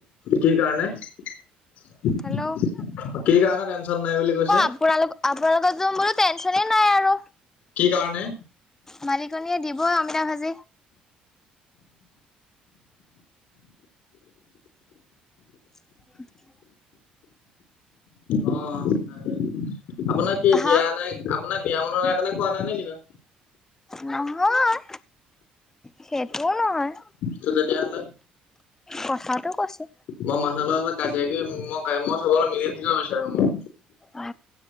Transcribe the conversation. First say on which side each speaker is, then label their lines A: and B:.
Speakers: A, on the left (about 75°); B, on the left (about 15°).
A: কি কাৰণে? কি
B: হেল্ল' অ
A: কাৰণে টেনচন নাই বুলি কৈছে?
B: আপোনালোক আপোনালোকৰ তোন বোলো টেনচনে নাই আৰু।
A: কি কাৰণে?
B: মালিকনীয়ে দিবই অমিতা ভাজি। <inaudible>
A: অ তাৰ আপোনাক কি
B: হা
A: দিয়া নাই, আপোনাৰ বিয়া ব নোৱাৰা নাই কাৰণে খোৱা নাই নে কিনো।
B: নহয় সেইটোও নহয়।
A: তো তেতিয়াহলে
B: কথাটো কৈছো
A: মই মানুহৰ লগৰ লগ কাজিয়া কৰি মোক নাই মই চবৰ লগত মিলি থাকিব বিচাৰো মই।
B: অ